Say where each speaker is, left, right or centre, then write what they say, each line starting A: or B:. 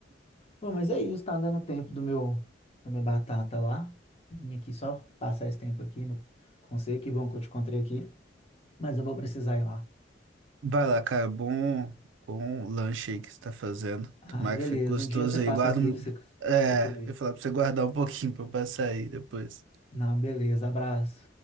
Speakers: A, on the left (about 35°); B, on the right (about 85°).
A: Bom, mas é isso, tá dando tempo do meu da minha batata lá. Vim aqui só passar esse tempo aqui no conselho, que bom que eu te encontrei aqui, mas eu vou precisar ir lá.
B: Vai lá, cara. Bom, bom lanche aí que você tá fazendo.
A: Ah,
B: Tomara
A: beleza.
B: que fique gostoso
A: Um dia você passa
B: aí. Guarda.
A: aqui
B: um-
A: pra você,
B: É,
A: você comer.
B: eu ia falar pra você guardar um pouquinho pra eu passar aí depois.
A: Não, beleza. Abraço.